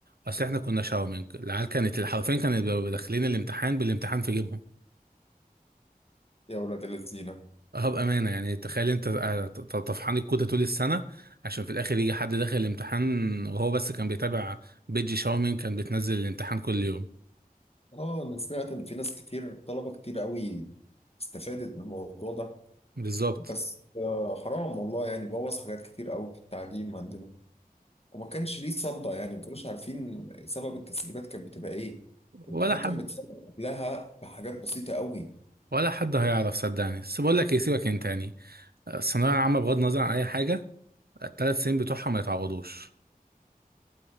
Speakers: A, on the right; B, on the left.
A: أصل احنا كنا شاومينج العيال كانت حرفيا كانت بيبقوا داخلين الامتحان بالامتحان في جيبهم
B: يا ولاد الذين
A: اه بأمانة يعني تخيل انت آه، ت- ت- طفحان الكوتة طول السنة عشان في الآخر يجي حد داخل الامتحان وهو بس كان بيتابع بيجي شاومينج كان بتنزل الامتحان كل يوم
B: اه انا سمعت ان في ناس كتير طلبه كتير قوي استفادت من الموضوع ده
A: بالظبط
B: بس آه حرام والله يعني بوظ حاجات كتير قوي في التعليم عندنا وما كانش ليه صدى يعني ما كانوش عارفين سبب التسريبات كانت بتبقى ايه الامتحان
A: ولا حد
B: كان بيتسرب قبلها بحاجات بسيطه قوي
A: ولا حد هيعرف صدقني بس بقول لك ايه سيبك انت يعني آه، الثانويه العامه بغض النظر عن اي حاجه الثلاث سنين بتوعها ما يتعوضوش